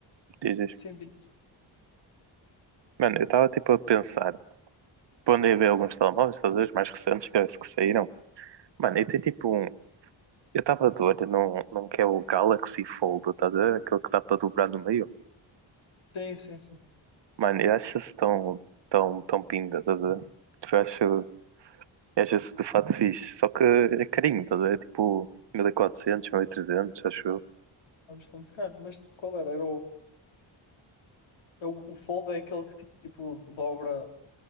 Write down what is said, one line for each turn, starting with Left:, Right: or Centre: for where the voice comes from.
Right: diz, diz.
Left: sim, diz-
Right: Mano, eu estava tipo a pensar, tipo, andei a ver alguns telemóveis, estás a ver, os mais recentes que, que saíram. Mano, eu tenho tipo um. Eu estava de olho num, num que é o Galaxy Fold, estás a ver? Aquele que dá para dobrar no meio.
Left: sim, sim, sim,
Right: Mano, eu acho isso tão, tão, tão pinda, estás a ver? Tipo, eu acho, eu acho isso de fato fixe. Só que é carinho, estás a ver? É Tipo, 1400, 1300 acho eu.
Left: é bastante caro, mas qual era? Era o, é o, o Fold é aquele que tipo dobra,